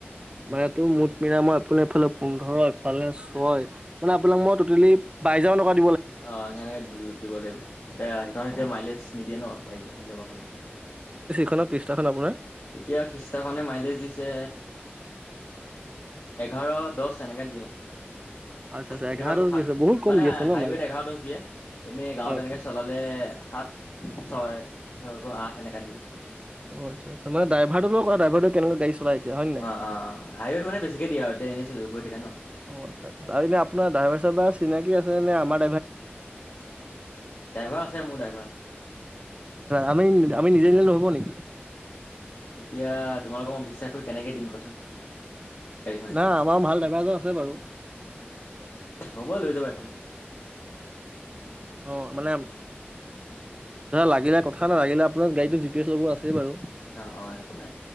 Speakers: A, on the right; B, on the left.
A: মানে এই টো মুঠ মিলাই মই আপোনি এফালে পোন্ধৰ ইফালে ছয় মানে আপোনাক মই টোটেলি বাইছ হাজাৰ মান টকাত
B: অ সেনেকে দিব লাগিব এতিয়া সেইখন এতিয়া
A: অ
B: মাইলেজ নিদিয়ে ন ইন'ভাখন
A: খ খ্ৰীষ্টাখন আপোনাৰ-
B: এতিয়া খ্ৰীষ্টাখনে মাইলেজ দিছে এঘাৰ দহ এনেকা দিয়ে। কেতিয়াবা
A: আচ্ছা আচ্ছা এঘাৰ
B: আকৌ সাত
A: দি আছে বহুত কম
B: মানে
A: দি আছে ন
B: হাইৱেত
A: মাইনাছ
B: এঘাৰ দছ দিয়ে। এনেই গাঁৱত
A: হয়
B: এনেকে চলালে সাত ছয় আঠ এনেকুৱা দিয়ে।
A: অ আচ্ছ আচ্ছা ড্ৰাইভাৰ লগত কথা ড্ৰাইভাৰ কেনেকৈ গাড়ী চলাই। এতিয়া হয় নে নাই
B: অ অ হাই ৱেত মানে বেছিকে দিয়ে আৰু এতিয়া এনেই চলি চলি গৈ থাকে ন।
A: অ আচ্ছা আচ্ছা আৰু এনে আপোনাৰ ড্ৰাইভাৰ চাইভাৰ চিনাকি আছে <unintelligible>
B: ড্ৰাইভাৰ আছে মোৰ ড্ৰাইভাৰ আছে
A: আমি আমি নিজে নিজে <unintelligible> নেকি
B: এতিয়া তোমালোকক মই বিশ্বাস কৰি কেনেকে দিম কোৱাচোন - গাড়ীখন এতিয়া
A: না আমাৰ ভাল ড্ৰাইভাৰ এজন আছে বাৰু
B: হব লৈ যাবা- একো নাই -
A: আহ মানে লাগিলে কথা নাই লাগিল আপোনাৰ গাড়ীটো জি পি এছ লগোৱা আছেই বাৰু।
B: অ অ একো নাই